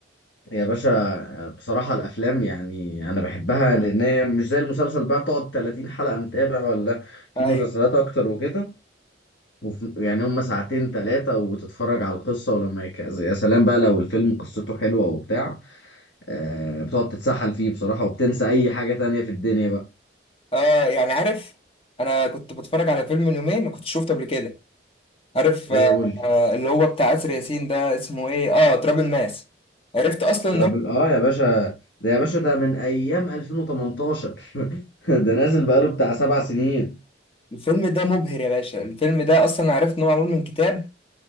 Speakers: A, on the left; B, on the left.
A: يا باشا آه، بصراحة الافلام يعني انا بحبها لان هي مش زي المسلسل بقى تقعد 30 حلقة متابع ولا في
B: <laughs> ايوه
A: مسلسلات اكتر وكده وف... يعني هم ساعتين ثلاثة وتتفرج على القصة ولما يك... يا سلام بقى لو الفيلم قصته حلوة وبتاع آه بتقعد تتسحل فيه بصراحة وبتنسى أي حاجة تانية في الدنيا بقى
B: اه يعني عارف انا كنت بتفرج على فيلم من يومين ما كنتش شفته قبل كده عارف
A: إيه
B: آه،
A: قول لي
B: آه، اللي هو بتاع آسر ياسين ده اسمه ايه اه تراب الماس عرفت اصلا ان
A: ترابل
B: هو
A: آه يا باشا ده يا باشا ده من أيام 2018 <laughs> ده نازل بقاله بتاع سبع سنين
B: الفيلم ده مبهر يا باشا الفيلم ده اصلا عرفت ان هو معمول من كتاب